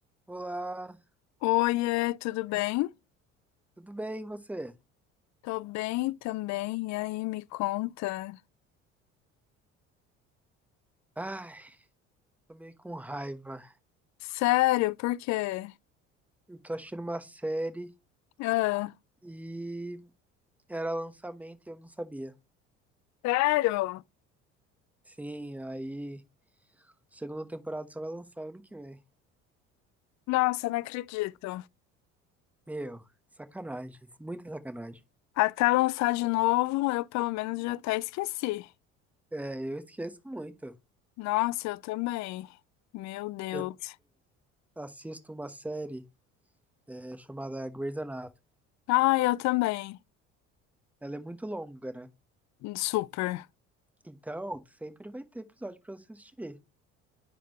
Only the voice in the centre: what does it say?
Olá,
tudo bem e você?
Ai, tô meio com raiva.
Eu tô assistindo uma série
e era lançamento e eu não sabia.
Sim, aí segunda temporada só vai lançar ano que vem.
Meu, sacanagem, muita sacanagem.
É, eu esqueço muito.
Eu assisto uma série é, chamada Grey's Anatomy.
Ela é muito longa, né?
Então, sempre vai ter episódio pra você assistir.